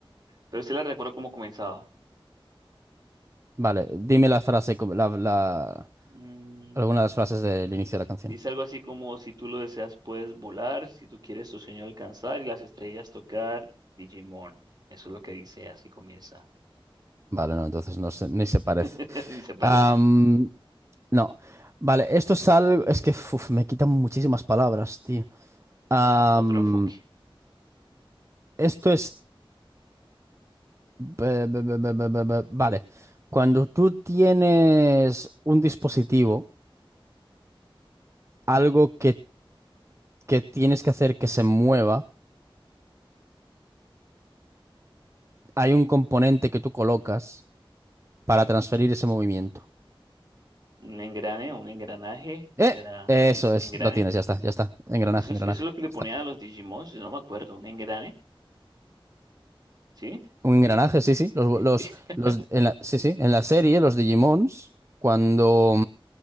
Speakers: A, on the right; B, on the right.
A: Pero sí la recuerdo cómo comenzaba.
B: Vale. Dime la frase, com- la, la-
A: Mm,
B: alguna de las frases del inicio de la canción.
A: Dice algo así como, si tú lo deseas, puedes volar, si tú quieres tu sueño alcanzar y las estrellas tocar, Digimon. Eso es lo que dice, así comienza.
B: Vale, no, entonces no se- ni se parece.
A: <laughs> y se parece.
B: Am, no. Vale, esto es algo. Es que uf, me quitan muchísimas palabras, tío. Am,
A: Bueno, ot- otro enfoque.
B: esto es. be- be- be- be- be- be- be- Vale. Cuando tú tienes un dispositivo, algo que que tienes que hacer que se mueva, hay un componente que tú colocas para transferir ese movimiento.
A: Un engrane, un engranaje, será
B: ¡Eh! Eso
A: en-
B: es,
A: engrane.
B: lo tienes, ya está, ya está. Engranaje,
A: Eso es,
B: engranaje.
A: eso es lo que le ponían
B: Está bien.
A: a los Digimon, si no me acuerdo, un engrane, ¿sí?
B: Un engranaje, sí, sí. Los,
A: ¿Sí?
B: los,
A: <laughs>
B: los, en la, sí, sí. En la serie, los Digimons, cuando,